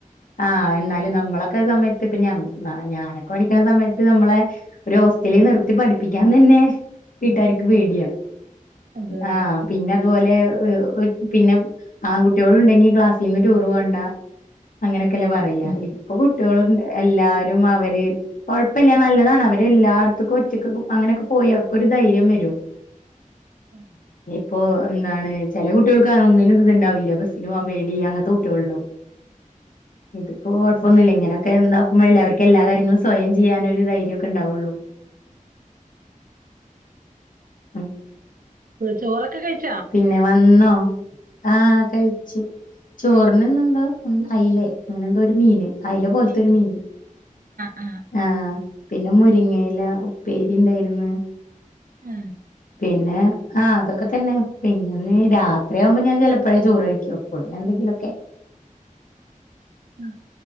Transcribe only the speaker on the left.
ആ എന്നാലും നമ്മളൊക്കെ സമയത്ത് പിന്നെ മ് അ ഞാനൊക്കെ പഠിക്കണ സമയത്ത് നമ്മളെ ഒരു അവസ്ഥയില് നിർത്തി പഠിപ്പിക്കാൻ തന്നെ വീട്ടാർക്ക്
പേടിയാ
ആ
പിന്നെ അതുപോലെ പിന്നെ ആൺകുട്ടികളോ ഉണ്ടെങ്കി ക്ലാസ്സിന്ന് ടൂറ് പോണ്ട അങ്ങനെയൊക്കെല്ലാം
പറയാ
ഇപ്പൊ കുട്ടികള് എല്ലാരും അവര് കുഴപ്പ ഇല്ല നല്ലതാണ് അവര് എല്ലായിടത്തക്കും ഒറ്റ അങ്ങനെയൊക്കെ പോയി അവർക്കൊ ഒരു ധൈര്യം വരും
അപ്പൊ എന്താണ് ചെല കുട്ടികൾക്ക് അതൊന്നിനും ഇതുണ്ടാവില്ല ബസ്സിന് പോകാൻ പേടി അങ്ങനത്തെ കുട്ടികൾ ഉണ്ടാവും ഇതിപ്പോ കൊഴപ്പൊന്നില്ല
ഇങ്ങനെയൊക്കെ എന്താ ആക്കുമ്പഴല്ല അവർക്ക് എല്ലാ കാര്യങ്ങളും സ്വയം ചെയ്യാനൊരു ധൈര്യം ഒക്കെ ഉണ്ടാവുള്ളൂ ഉം
പിന്നെ വന്നോ ആ കഴിച്ചു ചോറിനിനെന്തോ അലെ അങ്ങനെ എന്തോ ഒരു മീന് അല പോലത്തെ
ഒരു മീന്
ആ പിന്നെ മുരിങ്ങയില ഉപ്പേരി ഇണ്ടായിന്ന്
പിന്നെ ആ അതൊക്കെ തന്നെ പിന്നെ രാത്രിയാ ആകുമ്പോ ഞാൻ ചെലപ്പോഴേ ചോറ് കഴിക്കും പിന്നെ എന്തെ ലൊക്കെ